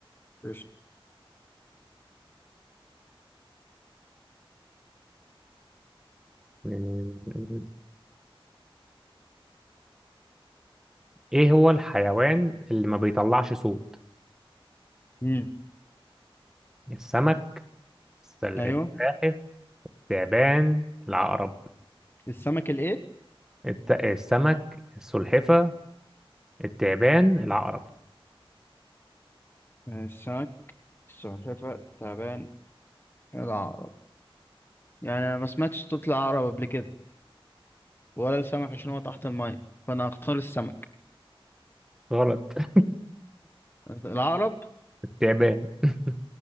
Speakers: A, on the left; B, in the centre.
A: قشطة
B: ايه هو الحيوان اللي ما بيطلعش صوت
A: امم
B: السمك السل-
A: ايوه
B: السلاحف التعبان العقرب
A: السمك الايه
B: الت... السمك السلحفة التعبان العقرب
A: السمك السلحفة تعبان العقرب يعني أنا ما سمعتش صوت العقرب قبل كده ولا السمك عشان هو تحت المية فأنا هختار السمك
B: غلط <laughs>
A: العقرب
B: التعبان <laughs>